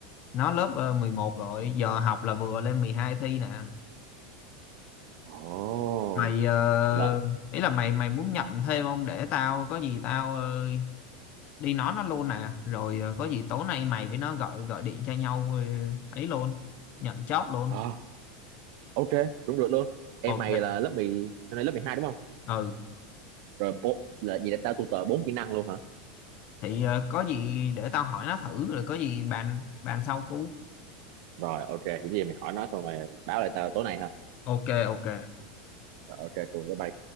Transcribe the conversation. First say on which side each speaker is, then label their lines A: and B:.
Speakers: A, on the left (about 35°); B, on the right (about 50°).
A: nó lớp ờ, 11 rồi giờ học là vừa lên 12 thi nè
B: Ồ,
A: mày ờ,
B: là,
A: ý là mày mày muốn nhận thêm không để tao có gì tao ờ, đi nói nó luôn nè rồi ờ, có gì tối nay mày với nó gọi gọi điện cho nhau ờ, ấy luôn nhận job luôn
B: à, ok, đúng được luôn. em
A: ok
B: mày là lớp 10 năm nay lớp 12 đúng không
A: ừ
B: rồi bộ là gì là tao tutor bốn kỹ năng luôn hả
A: thì ờ, có gì để tao hỏi nó thử rồi có gì bàn bàn sau cú
B: rồi ok thì cái gì mày hỏi nó xong mày báo lại tao tối nay ha
A: ok ok
B: rồi ok cùng với bài